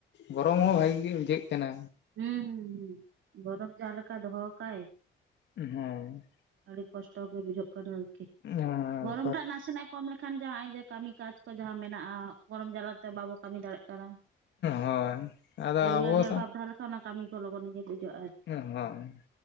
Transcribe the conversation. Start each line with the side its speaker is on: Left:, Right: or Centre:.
Left: ᱜᱚᱨᱚᱢ
Right: ᱚ
Left: ᱦᱚᱸ ᱵᱷᱟᱜᱤ ᱜᱮ ᱵᱩᱡᱷᱟᱹᱜ ᱠᱟᱱᱟ᱾
Right: ᱦᱩᱸ ᱦᱩᱸ ᱦᱩᱸ ᱜᱚᱨᱚᱢ ᱡᱟ ᱞᱮᱠᱟᱭ ᱫᱚᱦᱚ ᱠᱟᱜᱼᱟᱭ
Left: <unintelligible>
Right: ᱟᱹᱰᱤ ᱠᱚᱥᱴᱚ ᱜᱮ ᱵᱩᱡᱷᱟᱹᱜ ᱠᱟᱱᱟ ᱟᱨᱠᱤ,
Left: ᱦᱮᱸ
Right: ᱜᱚᱨᱚᱢ ᱴᱟᱜ ᱱᱟᱥᱮᱱᱟᱜ ᱠᱚᱢ ᱞᱮᱠᱷᱟᱱ ᱡᱟᱦᱟᱸ ᱡᱮ ᱠᱟᱹᱢᱤ ᱠᱟᱡ ᱠᱚ ᱡᱟᱦᱟᱸ ᱢᱮᱱᱟᱜᱼᱟ ᱜᱚᱨᱚᱢ ᱡᱟᱞᱟᱛᱮ ᱵᱟᱵᱚ ᱠᱟᱹᱢᱤ ᱫᱟᱲᱮᱭᱟᱜ ᱠᱟᱱᱟ
Left: ᱦᱳᱭ ᱟᱫᱚ
Right: ᱦᱳᱭ ᱨᱮᱭᱟᱨ
Left: ᱟᱵᱚ
Right: ᱨᱮᱭᱟᱲ
Left: ᱥᱟᱱ
Right: ᱵᱷᱟᱵ ᱛᱟᱦᱮ ᱞᱮᱱᱠᱷᱟᱱ ᱚᱱᱟ ᱠᱟᱢᱤ ᱠᱚ ᱞᱚᱜᱚᱱ ᱜᱮ ᱟᱨᱠᱤ
Left: ᱦᱳᱭ